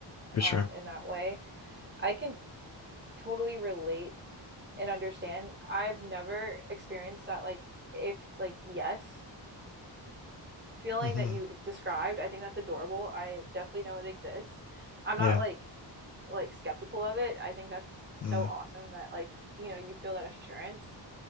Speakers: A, on the left; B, on the right.
A: For
B: um,
A: sure.
B: in that way. I can totally relate and understand. I've never experienced that, like, if, like, yes feeling
A: hmm
B: that you described. I think that's adorable. I definitely know it exists. I'm
A: Yeah.
B: not like like skeptical of it i think that's so
A: Mm.
B: awesome that like you know you feel that assurance